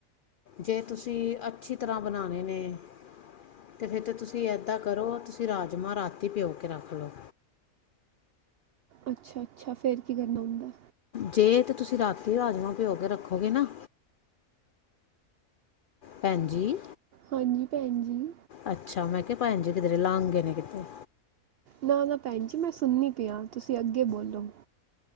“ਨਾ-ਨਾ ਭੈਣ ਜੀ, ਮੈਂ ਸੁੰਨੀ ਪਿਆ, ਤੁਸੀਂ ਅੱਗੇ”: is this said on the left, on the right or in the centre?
Right